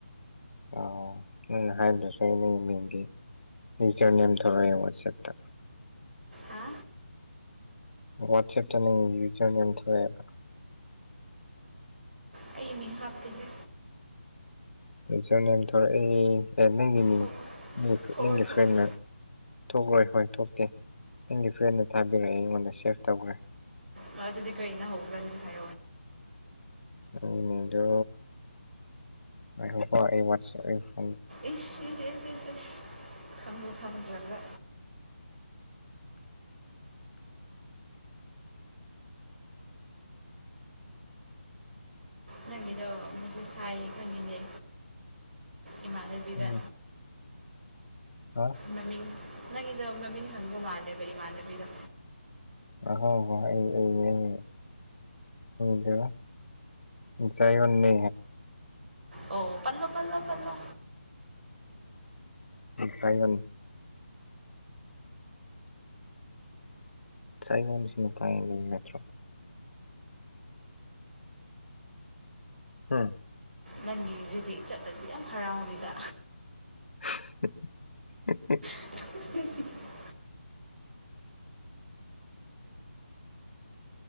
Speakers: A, on the left; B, on the right.
A: ꯑ ꯅꯪꯅ ꯍꯥꯏꯗꯨꯁꯨ ꯅꯪꯒꯤ ꯃꯤꯡꯒꯤ ꯐꯆꯔꯅꯤ ꯑꯃ ꯊꯣꯛꯂꯛꯑꯦ ꯋꯥꯆꯦꯞꯇ
B: ꯍꯥ
A: ꯋꯥꯆꯦꯞꯇ ꯅꯪ ꯌꯨꯖꯔ ꯅꯦꯝ ꯊꯣꯛꯑꯦꯕ
B: ꯀꯩ ꯃꯤ ꯍꯥꯗꯍ
A: ꯖ ꯅ ꯊꯣꯛꯣꯔꯛꯏ ꯑꯦ ꯅꯪꯒꯤ ꯃꯤ
B: ꯊꯣꯛ ꯊꯣꯛꯂꯣꯏ
A: ꯅꯒꯤ
B: ꯊꯣꯛꯂꯣꯏ
A: ꯐ꯭ꯔꯦꯟꯟꯅ ꯊꯣꯛꯂꯣꯏ ꯍꯣꯏ ꯊꯣꯛꯇꯦ ꯅꯪꯒꯤ ꯐ꯭ꯔꯦꯟꯅ ꯊꯥꯕꯤꯔꯛꯑꯦ ꯑꯩꯉꯣꯟꯗ ꯁꯦꯐ ꯇꯧꯈ꯭ꯔꯦ
B: ꯑ ꯑꯗꯨꯗꯤ ꯀꯔꯤꯅ ꯍꯧꯕ꯭ꯔꯅꯦ ꯍꯥꯏ
A: ꯎꯝꯗ ꯉꯥꯏꯈꯣꯀꯣ ꯑꯩ ꯋꯥꯁ ꯏꯐ
B: ꯏꯁꯁꯤꯖꯤꯁꯤꯖ ꯈꯪꯁꯨ ꯈꯪꯗ꯭ꯔꯒ ꯅꯪꯒꯤꯗꯣ ꯃꯁꯥꯏ ꯈꯪꯉꯤꯅꯦ ꯏꯃꯥꯟꯅꯕꯤꯗ
A: ꯎꯝ ꯑꯣ
B: ꯅꯃꯤꯡ ꯅꯪꯒꯤꯗꯣ ꯃꯃꯤꯡ ꯍꯪꯕ ꯃꯥꯜꯂꯦꯕ ꯏꯃꯥꯟꯅꯕꯤꯗꯣ
A: ꯑ ꯍꯣ ꯍ ꯑꯩ ꯕꯤꯣ ꯆꯥꯏꯌꯟ ꯅ
B: ꯑꯣ ꯄꯜꯂꯣ ꯄꯜꯂꯣ ꯄꯜꯂꯣ
A: ꯁꯥꯏꯒꯣꯟ ꯆꯥꯏꯕ ꯅꯤꯡꯁꯤꯅ ꯄꯥꯏꯃꯤ ꯅꯠꯇ꯭ꯔꯣ ꯍꯥꯝ
B: ꯅꯪꯒꯤ ꯔꯤꯖꯦꯛ ꯆꯠꯂꯗꯤ ꯌꯥꯝ ꯍꯔꯥꯎꯅꯤꯗ
A: ꯍꯍ <unintelligible>
B: <unintelligible>